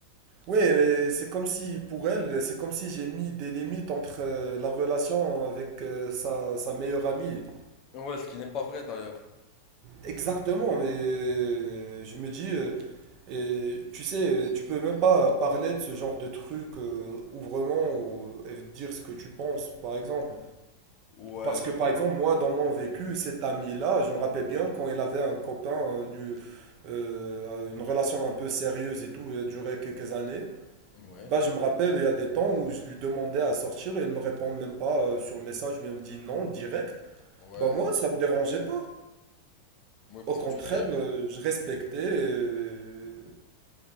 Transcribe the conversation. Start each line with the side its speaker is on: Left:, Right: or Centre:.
Right: Oui, mais c'est comme si, pour elle, c'est comme si j'ai mis des limites entre euh, la relation avec euh, sa, sa meilleure amie.
Left: Ouais, ce qui n'est pas vrai d'ailleurs.
Right: Exactement, mais euh, je me dis, euh, et, tu sais, euh, tu peux même pas parler de ce genre de truc euh, ouvrement ou, euh, et dire ce que tu penses, par exemple.
Left: Ouais,
Right: Parce que,
Left: je
Right: par
Left: comprends.
Right: exemple, moi, dans mon vécu, cet ami-là, je me rappelle bien quand il avait un copain, euh, du- euh, une relation un peu sérieuse et tout, elle a duré quelques années.
Left: Ouais,
Right: Bah, je me rappelle, il y a des temps où je lui demandais à sortir et il me répond même pas euh, sur message, mais il me dit non, direct.
Left: ouais.
Right: Bah, moi, ça me dérangeait pas.
Left: Oui, parce
Right: Au contraire,
Left: que tu sais,
Right: euh, je respectais euh,